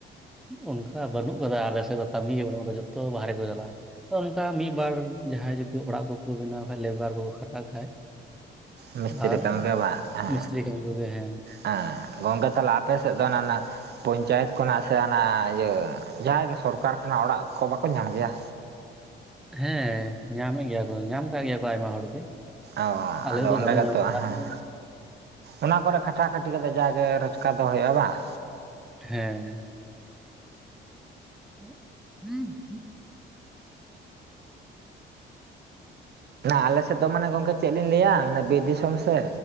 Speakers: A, in the centre; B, on the right.
A: ᱚᱱᱠᱟ ᱵᱟᱹᱱᱩᱜ ᱠᱟᱫᱟ ᱟᱞᱮᱥᱮᱫ ᱫᱚ ᱠᱟᱹᱢᱤ ᱜᱮ ᱵᱟᱱᱩᱜᱟ ᱡᱚᱛᱚ ᱵᱟᱦᱨᱮ ᱠᱚ ᱪᱟᱞᱟᱜᱼᱟ ᱾ ᱛᱚ ᱚᱱᱠᱟ ᱢᱤᱫᱵᱟᱨ ᱡᱟᱦᱟᱸᱭ ᱡᱩᱫᱤ ᱚᱲᱟᱜ ᱠᱚᱠᱚ ᱵᱮᱱᱟᱣ ᱠᱷᱟᱡ ᱞᱮᱵᱟᱨ ᱠᱚᱠᱚ ᱠᱷᱟᱴᱟᱜ ᱠᱷᱟᱡ
B: ᱢᱤᱥᱛᱨᱤ
A: ᱟᱨ
B: ᱠᱟᱹᱢᱤ ᱠᱚ ᱵᱟᱝ ᱦᱮᱸ
A: ᱢᱤᱥᱛᱨᱤ ᱠᱟᱹᱢᱤ ᱠᱚᱜᱮ ᱦᱮᱸ
B: ᱦᱮᱸ ᱜᱚᱝᱠᱮ ᱛᱟᱦᱚᱞᱮ ᱟᱯᱮ ᱥᱮᱫ ᱫᱚ ᱚᱱᱮ ᱚᱱᱟ ᱯᱚᱧᱪᱟᱭᱤᱛ ᱠᱷᱚᱱᱟᱜ ᱥᱮ ᱚᱱᱟ ᱤᱭᱟᱹ ᱡᱟᱦᱟᱸᱭ ᱜᱮ ᱥᱚᱨᱠᱟᱨ ᱠᱷᱚᱱᱟᱜ ᱚᱲᱟᱜ ᱠᱚ ᱵᱟᱠᱚ ᱧᱟᱢ ᱜᱮᱭᱟ?
A: ᱦᱮᱸ ᱧᱟᱢᱮᱜ ᱜᱮᱭᱟ ᱠᱚ ᱧᱟᱢ ᱟᱠᱟᱜ ᱜᱮᱭᱟ ᱠᱚ ᱟᱭᱢᱟ ᱦᱚᱲ ᱜᱮ
B: ᱚ
A: ᱟᱞᱮ
B: ᱟᱫᱚ
A: ᱫᱚ
B: ᱚᱸᱰᱮ
A: ᱵᱟᱞᱮ
B: ᱜᱮᱛᱚ
A: ᱧᱟᱢ ᱠᱟᱫᱟ
B: ᱦᱮᱸ
A: ᱟᱞᱮ
B: ᱚᱱᱟ ᱠᱚᱨᱮ ᱠᱷᱟᱹᱴᱟ ᱠᱷᱟᱹᱴᱤ ᱠᱟᱛᱮ ᱡᱟᱣᱜᱮ ᱨᱚᱡᱽᱠᱟᱨ ᱫᱚ ᱦᱩᱭᱩᱜᱼᱟ ᱵᱟᱝ
A: ᱦᱮᱸ <inaudible>
B: ᱟᱞᱮ ᱥᱮᱫ ᱫᱚ ᱢᱟᱱᱮ ᱜᱚᱝᱠᱮ ᱪᱮᱫ ᱞᱤᱧ ᱞᱟᱹᱭᱟ ᱢᱟᱱᱮ ᱵᱤᱨ ᱫᱤᱥᱚᱢ ᱥᱮᱼᱼ